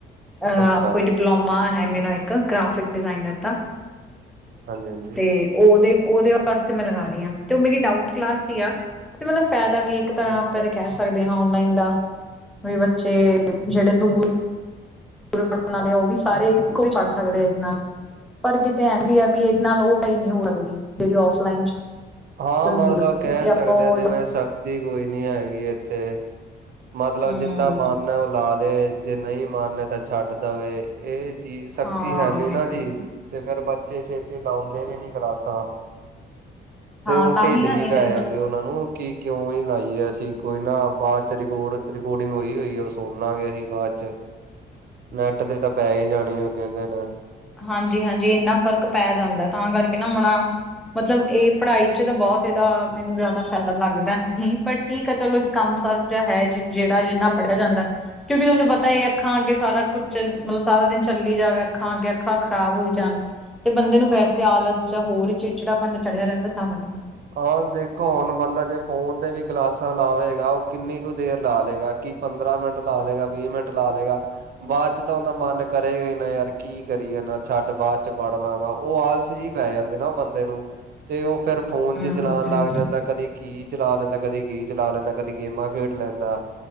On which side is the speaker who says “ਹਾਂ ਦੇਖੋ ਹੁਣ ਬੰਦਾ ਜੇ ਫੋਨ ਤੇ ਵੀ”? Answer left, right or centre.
Right